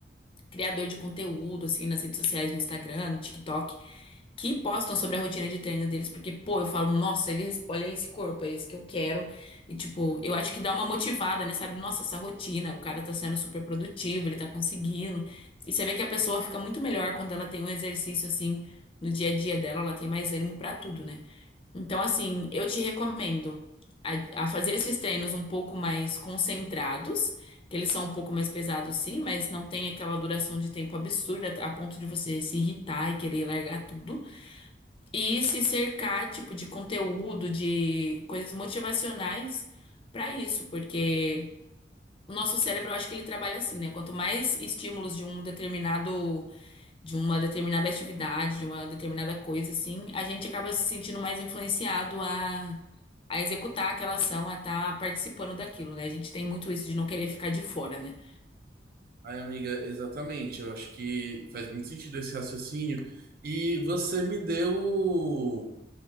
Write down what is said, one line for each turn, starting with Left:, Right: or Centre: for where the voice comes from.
Left: criador de conteúdo, assim, nas redes sociais, no Instagram, no TikTok que postam sobre a rotina de treino deles, porque, pô, eu falo, nossa, eles, olha esse corpo, é esse que eu quero. E, tipo, eu acho que dá uma motivada, né? Sabe, nossa, essa rotina, o cara tá sendo super produtivo, ele tá conseguindo. E você vê que a pessoa fica muito melhor quando ela tem um exercício assim no dia a dia dela, ela tem mais ânimo pra tudo, né? Então, assim, eu te recomendo a, a fazer esses treinos um pouco mais concentrados, que eles são um pouco mais pesados, sim, mas não tem aquela duração de tempo absurda a ponto de você se irritar e querer largar tudo. E se cercar, tipo, de conteúdo, de coisas motivacionais pra isso, porque o nosso cérebro, eu acho que ele trabalha assim, né? Quanto mais estímulos de um determinado, de uma determinada atividade, de uma determinada coisa, assim, a gente acaba se sentindo mais influenciado a, a executar aquela ação, a estar participando daquilo, né? A gente tem muito isso de não querer ficar de fora, né?
Right: Ai, amiga, exatamente. Eu acho que faz muito sentido esse raciocínio. E você me deu o,